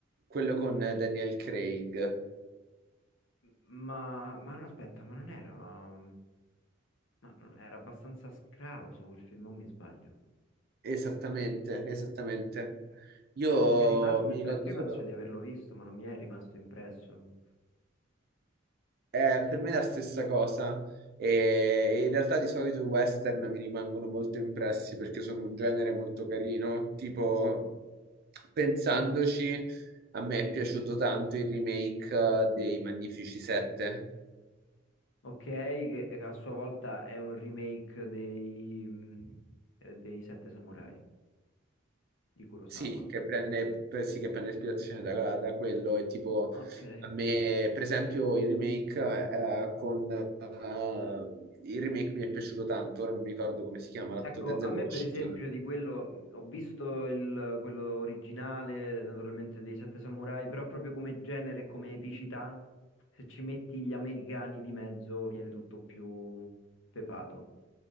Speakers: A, on the right (about 50°); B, on the left (about 85°).
A: quello con eh, Daniel Craig.
B: M- Ma, ma no, aspetta, ma non era, ma non era abbastanza scrauso quel film, o mi sbaglio?
A: Esattamente, esattamente. Io
B: Non mi è rimasto
A: mi
B: impresso,
A: ricordo
B: io
A: solo.
B: penso di averlo visto, ma non mi è rimasto impresso.
A: Eh, per me è la stessa cosa. E e in realtà di solito i western mi rimangono molto impressi perché sono un genere molto carino. Tipo, pensandoci, a me è piaciuto tanto il remake eh, dei Magnifici Sette.
B: Ok, che a sua volta è un remake dei, mh, eh, dei Sette Samurai di Kurosawa.
A: Sì, che prende, per- sì, che prende ispirazione da, da quello. E tipo,
B: Ok.
A: a me, per esempio, il remake, eh, con, eh, il remake mi è piaciuto tanto. Ora non mi ricordo come si chiama l'attore,
B: Ecco,
A: Denzel
B: a me
A: Washington.
B: per esempio di quello, mh, ho visto il- quello originale, naturalmente dei Sette Samurai, però proprio come genere e come epicità, se ci metti gli americani di mezzo viene tutto più pepato.